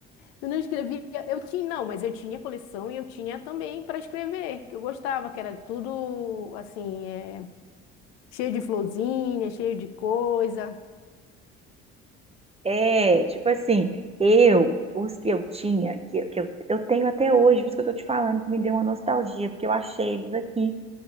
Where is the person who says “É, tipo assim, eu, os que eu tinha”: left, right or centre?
Right